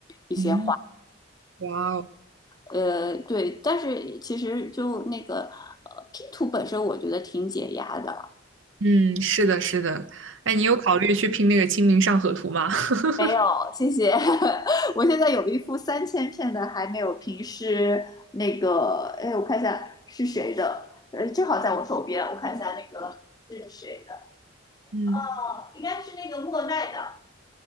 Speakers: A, on the left; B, on the right.
A: 一些。
B: 嗯，哇哦。
A: 呃，对，但是其实就那个呃拼图本身，我觉得挺解压的。
B: 嗯，是的，是的。哎，你有考虑去拼那个《清明上河图》吗？<laughs>
A: 没有，谢谢。<laughs> 我现在有一幅三千片的还没有平，是那个，哎，我看一下是谁的，呃，正好在我手边，我看一下那个是谁的。
B: 嗯，
A: 哦，应该是那个莫奈的，